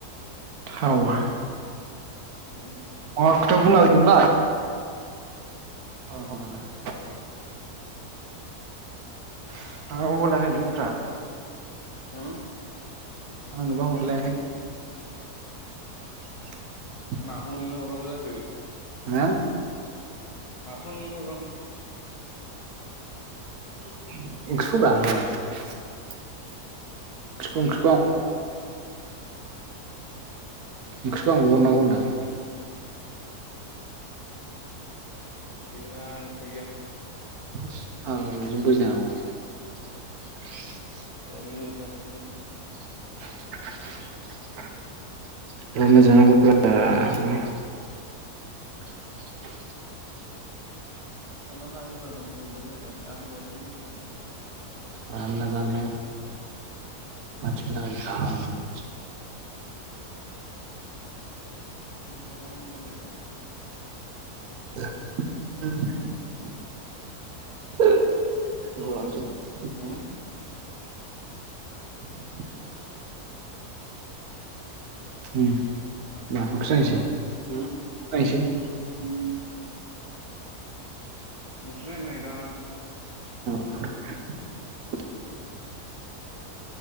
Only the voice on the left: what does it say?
<unintelligible>
होम
माखौ नोंनो हरनांगौ जाखो
माखौ नोंनो हरनांगौ
ओंख्रियालाय
गैया ओंख्रि गैया <unintelligible>
जायो गासैबो
<unintelligible> <unintelligible>
आं जानाया नों जानाय
उम
उम
ओमफाय नै दा
<inaudible>